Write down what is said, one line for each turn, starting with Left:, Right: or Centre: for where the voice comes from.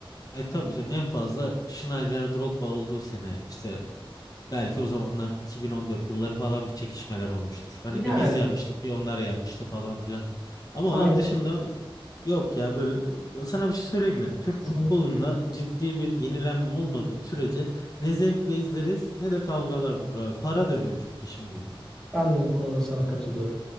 Left: E tabii canım en fazla Schneider Drogba olduğu sene işte belki o zamanlar 2014 yılları falan bir çekişmeler olmuştur. Hani
Centre: Yani
Left: bir biz yenmiştik bir onlar yenmişti falan filan. Ama
Centre: aynen.
Left: onun dışında yok ya böyle sana bir şey söyleyeyim mi? Türk
Centre: Hı
Left: futbolunda
Centre: hı.
Left: ciddi bir yenilenme olmadığı sürece ne zevkle izleriz ne de kavgalar durur abi. Para dönüyor çünkü işin ucunda.
Centre: Ben de bu konuda sana katılıyorum.